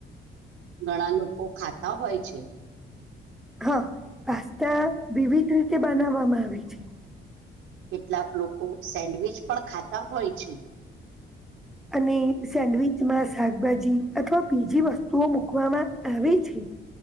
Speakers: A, on the right; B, in the centre.
A: ઘણા લોકો ખાતા હોય છે
B: હા પાસ્તા વિવિધ રીતે બનાવવામાં આવે છે
A: કેટલાક લોકો સેન્ડવીચ પણ ખાતા હોય છે
B: અને સેન્ડવીચમાં શાકભાજી અથવા બીજી વસ્તુઓ મૂકવામાં આવે છે